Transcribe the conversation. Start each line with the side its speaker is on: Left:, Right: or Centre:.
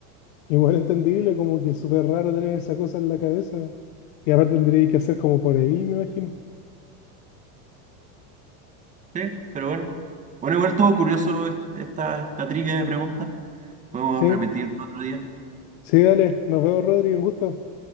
Left: Igual entendible, como que es súper raro tener esa cosa en la cabeza. Y aparte tendría que hacer como por ahí, me imagino.
Right: Sí, pero bueno. Bueno, igual estuvo curioso est- esta, esta trivia de preguntas. Podemos
Left: Sí,
Right: repetirlo otro día.
Left: Sí, dale, nos vemos, Rodri, un gusto.